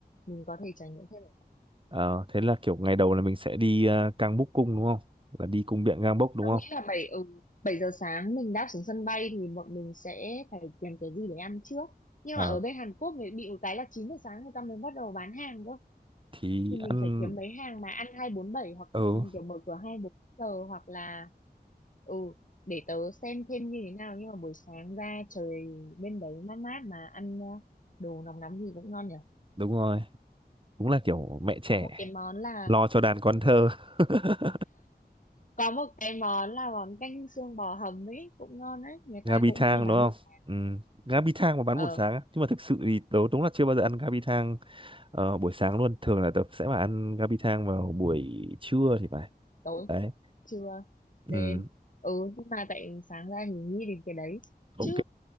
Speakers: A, on the left; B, on the right.
A: mình có thể trải nghiệm thêm
B: uh thế là kiểu ngày đầu là mình sẽ đi ờ, Cang Búc Cung đúng không là đi cung điện Cang Bốc đúng
A: Tôi
B: không
A: nghĩ là bảy ừ, 7 giờ sáng mình đáp xuống sân bay thì bọn mình sẽ phải tìm cái gì để ăn trước. Nhưng
B: Ờ,
A: mà ở bên Hàn Quốc thì bị một cái là 9 giờ sáng người ta mới bắt đầu bán hàng cơ.
B: thì
A: Thì mình
B: ăn
A: phải kiếm mấy hàng mà ăn 247 hoặc
B: ừ
A: ừ, kiểu mở cửa hai bốn giờ hoặc là ừ để tớ xem thêm như thế nào nhưng mà buổi sáng ra trời bên đấy mát mát mà ăn ờ, đồ nóng nóng gì cũng ngon nhỉ.
B: đúng rồi đúng là kiểu mẹ trẻ
A: Có một cái món là
B: lo cho đàn con thơ <laughs>
A: có một cái món là món canh xương bò hầm ấy cũng ngon đấy, người ta
B: Gabi
A: cũng
B: thang
A: hay bán
B: đúng không
A: buổi sáng.
B: ừ. Gabi thang mà bán
A: Ờ.
B: buổi sáng á. nhưng mà thực sự thì tớ đúng là chưa bao giờ ăn Gabi thang Ờ, buổi sáng luôn thường là tớ sẽ mà ăn gabi thang vào buổi trưa thì phải
A: tối
B: đấy
A: trưa
B: ừ,
A: đêm ừ nhưng mà tại sáng ra thì nghĩ đến cái đấy
B: ok
A: chứ